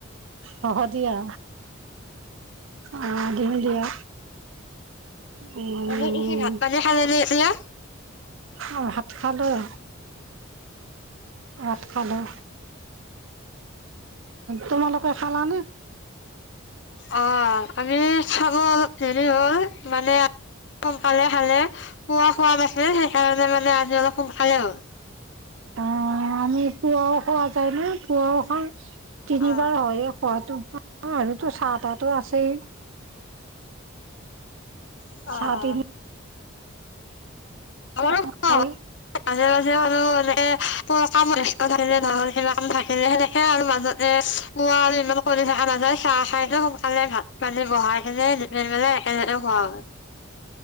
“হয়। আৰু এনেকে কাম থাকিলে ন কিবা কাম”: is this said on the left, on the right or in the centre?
Left